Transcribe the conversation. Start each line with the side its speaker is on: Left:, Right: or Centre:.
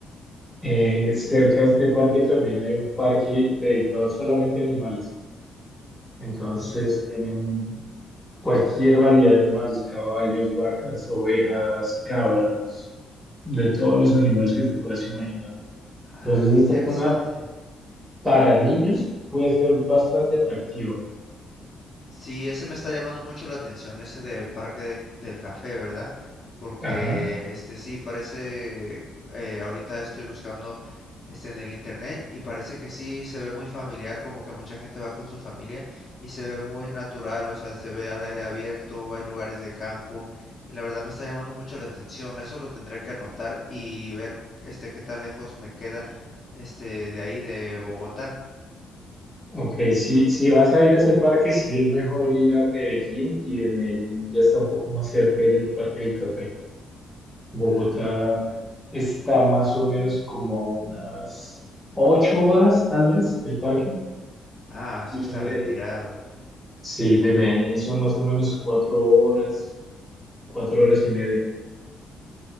Centre: Eh, cerca de este parque también hay un parque dedicado solamente a animales. Entonces
Left: Mm,
Centre: tienen cualquier variedad de animales, caballos, vacas, ovejas, cabras, de todos los animales que te puedas imaginar.
Left: ah,
Centre: Entonces
Left: qué interesante.
Centre: esta zona para niños puede ser bastante atractiva.
Left: Sí, ese me está llamando mucho la atención, ese de Parque de- del Café, ¿verdad? Porque
Centre: Ajá.
Left: este sí, parece, eh, ahorita estoy buscando este en el internet y parece que sí se ve muy familiar, como que mucha gente va con su familia y se ve muy natural, o sea, se ve al aire abierto, hay lugares de campo y la verdad me está llamando mucho la atención, eso lo tendré que anotar y ver este qué tan lejos me queda este de ahí de Bogotá.
Centre: Ok, si, si vas a ir a ese parque, sí es mejor ir a Medellín y de Medellín ya está un poco más cerca ir al Parque del Café. Bogotá
Left: Ah, ok, ok.
Centre: está más o menos como a unas ocho horas, tal vez, del parque.
Left: Ah, sí
Centre: Y
Left: está
Centre: Medellín.
Left: retirado.
Centre: Sí, de Medellín son más o menos cuatro horas, cuatro horas y media.